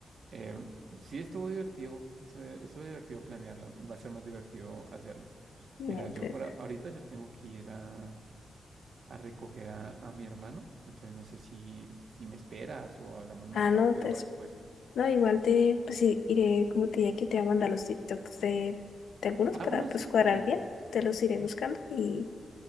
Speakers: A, on the right; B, on the left.
A: eh, sí estuvo divertido. Eso- Estuvo divertido planearlo. y Va a ser más divertido hacerlo.
B: Miente.
A: Mira, yo por a- ahorita yo tengo que ir a a recoger a, a mi hermano. Entonces no sé si, si me esperas o hablamos más
B: Ah,
A: tarde
B: no, te-
A: o
B: es-
A: después.
B: no, igual te, pues sí, iré, como te dije que te voy a mandar los TikToks de, de algunos
A: Ah,
B: para
A: bueno,
B: pues
A: sí,
B: cuadrar
A: pues
B: bien. Te los iré
A: sí.
B: buscando y,